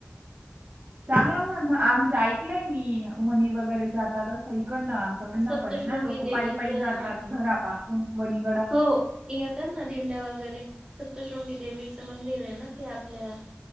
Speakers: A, on the right; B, on the right.
A: चांगलं म्ह म्हणजे ऐकलंय मी वणी वगैरे जाताना असं इकडन आपापल्या
B: सप्तशृंगी
A: परीने ना लोक
B: देवीचं
A: पायी-पायी जातात घरापासून वणी प
B: हो. येतात नां दिंड्या वगैरे, सप्तशृंगी देवीचं मंदिर आहे ना. ते आपल्या